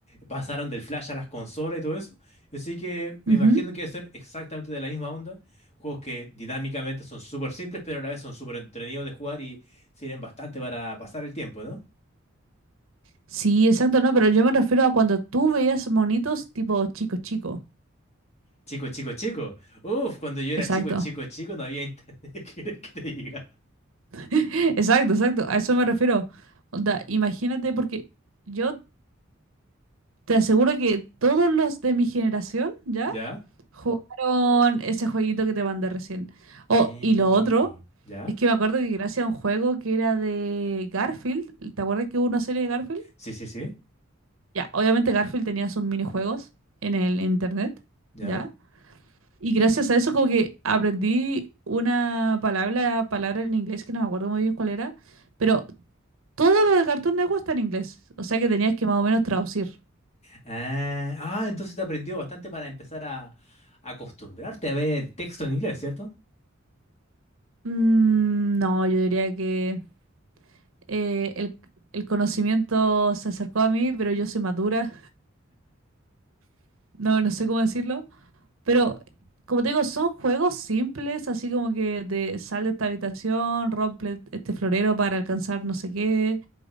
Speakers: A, on the left (about 35°); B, on the right (about 80°).
A: pasaron del Flash a las consolas y todo eso, así que me
B: Ujú.
A: imagino que debe ser exactamente de la misma onda juegos que dinámicamente son súper simples, pero a la vez son súper entretenidos de jugar y sirven bastante para pasar el tiempo, ¿no?
B: Sí, exacto, no, pero yo me refiero a cuando tú veías monitos tipo chico chico.
A: Chico, chico, chico. Uf, cuando yo era
B: Exacto.
A: chico, chico, chico, no había internet. <laughs> ¿Qué quieres que te diga?
B: <laughs> Exacto, exacto. A eso me refiero. Onda, imagínate, porque yo te aseguro que todos los de mi generación ya
A: ¿Ya?
B: jugaron ese jueguito que te mandé recién. Oh,
A: Eh,
B: y lo otro,
A: ¿ya?
B: es que me acuerdo que gracias a un juego que era de Garfield, ¿te acuerdas que hubo una serie de Garfield?
A: Sí, sí, sí.
B: Ya, obviamente Garfield tenía sus minijuegos en el internet,
A: ¿Ya?
B: ¿ya? Y gracias a eso como que aprendí una palabra, palabra en inglés que no me acuerdo muy bien cuál era, pero Todo lo de Cartoon Network está en inglés, o sea que tenías que más o menos traducir.
A: Ah, ah, entonces te aprendió bastante para empezar a a acostumbrarte a ver texto en inglés, ¿cierto?
B: Mm, no, yo diría que eh, el, el conocimiento se acercó a mí, pero yo soy madura, <laughs> no, no sé cómo decirlo. Pero, como te digo, son juegos simples, así como que de sal de esta habitación, rompe este florero para alcanzar no sé qué.